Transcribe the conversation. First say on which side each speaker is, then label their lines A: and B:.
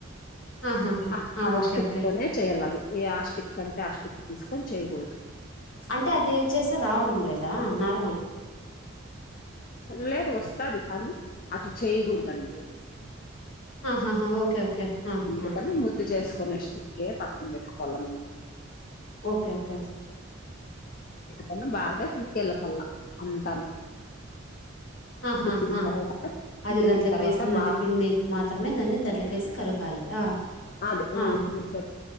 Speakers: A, on the left; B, on the left.
A: ఆహాహా
B: ఆ ఆ
A: ఓకే
B: హస్టిక్తోనే
A: ఓకే
B: చెయాల అది ఏ ఆ స్టిక్ కంటే ఆ స్టిక్ తీసుకొని చేయకూడదు
A: అంటే అది చేసే రావడం లేదా నాకు
B: లేదు వస్త అది కానీ అటు చేయకూడదండి
A: ఆహాహా ఓకే ఓకే ఆ
B: అందుకని
A: ఆ
B: ముద్దు చేసుకు కోనష్టిక్కే పాకం పెట్టుకోవాలని ఉ
A: ఓకే ఓకే
B: అతను బాగా చికెళ్ళకాళ్ళ అంతాను
A: ఆహా
B: ఉడికిన
A: హా
B: తర్వాత
A: అది
B: ఉడికిన
A: దాంట్లోక్
B: తర్వాత
A: వేసిన్నది
B: బాగా
A: పిండి మాత్రమే దాన్ని దాట్ల కేసి కలకాలి. ఆ
B: అది హ్మ్
A: ఆ
B: ముద్ద